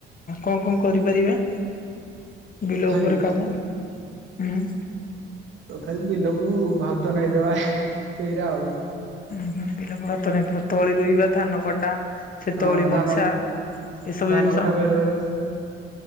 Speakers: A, on the left; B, on the right.
A: କଣ କଣ କରିପାରିବେ?
B: ତଥାପି
A: ବିଲ ଉପରେ କାମ ଉଁ,?
B: ତଥାପି ବିଲକୁ ଭାତ ନେଇ ଦେବା ସେଇରା ଆଉ।
A: ଉଁ, ହୁଁ, ବିଲାକୁ ଭାତ ନେଇଥିବ। ତଳି ରୁଇବା, ଧାନ କଟା ସେ
B: ହଁ
A: ତଳି
B: ଧାନ
A: ବଛା। ଏସବୁ
B: ଧାନ
A: ଜିନିଷ
B: କଟା ବେଳେ ବେଳେ